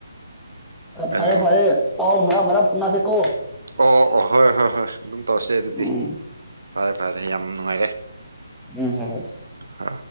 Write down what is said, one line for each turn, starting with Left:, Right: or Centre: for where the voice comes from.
Centre: ꯑ ꯐꯔꯦ
Right: ꯑꯗꯨꯝ
Centre: ꯐꯔꯦ ꯑꯣ ꯃ ꯐꯣꯟꯅꯥ ꯁꯤꯦꯀꯣ
Right: ꯑꯣ ꯍꯣꯏ ꯍꯣꯏ ꯍꯣꯏ ꯑꯗꯨꯝ ꯇꯧꯔꯁꯦ ꯑꯗꯨꯗꯤ
Centre: ꯎꯝ
Right: ꯐꯔꯦ ꯐꯔꯦ ꯌꯥꯝ ꯅꯨꯡꯉꯥꯏꯔꯦ
Centre: ꯎꯝ ꯍꯝ
Right: ꯍꯣꯏ